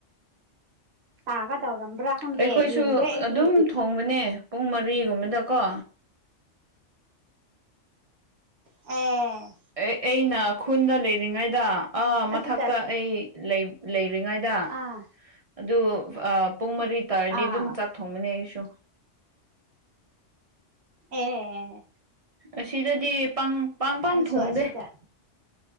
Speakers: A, on the right; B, on the right.
A: ꯇꯥꯒꯗꯧꯔꯝꯕ꯭ꯔꯥ ꯈꯪꯗꯦ
B: ꯑꯩꯈꯣꯏꯁꯨ
A: ꯌꯦꯡꯗꯦ ꯑꯩꯗꯤ
B: ꯑꯗꯨꯝ ꯊꯣꯡꯕꯅꯦ ꯄꯨꯡ ꯃꯔꯤꯒꯨꯝꯕꯗꯀꯣ
A: ꯑꯦ
B: ꯑꯦ ꯑꯩꯅ ꯈꯨꯟꯗ ꯂꯩꯔꯤꯉꯩꯗ ꯑꯥ
A: ꯑꯗꯨꯗ
B: ꯃꯊꯛꯇ ꯑꯩ ꯂꯩ ꯂꯩꯔꯤꯉꯩꯗ
A: ꯑꯥ
B: ꯑꯗꯨ ꯄꯨꯡ ꯃꯔꯤ ꯇꯥꯔꯗꯤ
A: ꯑꯥ
B: ꯑꯗꯨꯝ ꯆꯥꯛ ꯊꯣꯡꯕꯅꯦ ꯑꯩꯁꯨ
A: ꯑꯦ ꯑꯦ
B: ꯑꯁꯤꯗꯗꯤ ꯄꯡ ꯄꯥꯡ ꯄꯥꯡ
A: ꯑꯩꯁꯨ
B: ꯊꯣꯡꯗꯦ
A: ꯑꯁꯤꯗ